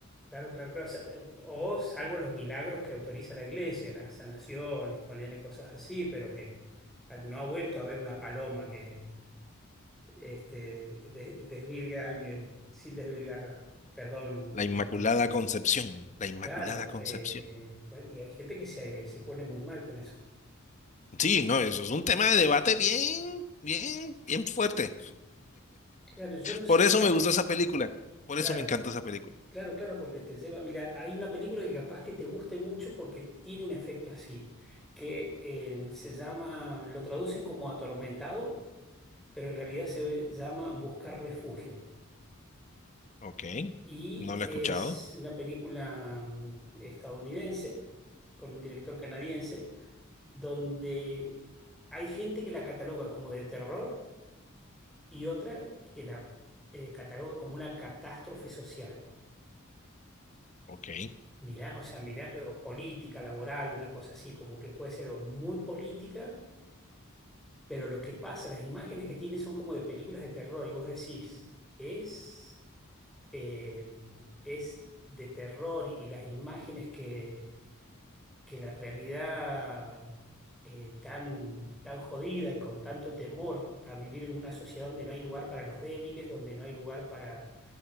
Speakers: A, in the centre; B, on the left.
A: claro, claro, claro. Sa- O salvo los milagros que autoriza la iglesia, las sanaciones, ponerle cosas así, pero que ah, no ha vuelto a haber una paloma que este, de- desvirgue a alguien sin desvirgarla. Perdón
B: La Inmaculada
A: por el...
B: Concepción, la Inmaculada
A: Claro,
B: Concepción.
A: eh, y hay gente que se, se pone muy mal con eso.
B: Sí, no, eso es un tema de debate bien, bien, bien fuerte.
A: Claro, yo no sé,
B: Por
A: será...
B: eso me gustó esa película. Por
A: Claro,
B: eso me encantó esa película.
A: claro, claro, porque te lleva... Mira, hay una película que capaz que te guste mucho porque tiene un efecto así, que eh, se llama, lo traducen como atormentado, pero en realidad se llama Buscar Refugio.
B: Ok.
A: Y
B: No la
A: es
B: he escuchado.
A: una película mm, estadounidense con un director canadiense donde hay gente que la cataloga como de terror y otra que la eh, cataloga como una catástrofe social.
B: Ok.
A: Mirá, o sea, mirá, eh, o política, laboral, una cosa así, como que puede ser o muy política, pero lo que pasa, las imágenes que tiene son como de películas de terror y vos decís, es, eh, es de terror y las imágenes que que la realidad eh, tan, tan jodida y con tanto temor a vivir en una sociedad donde no hay lugar para los débiles, donde no hay lugar para,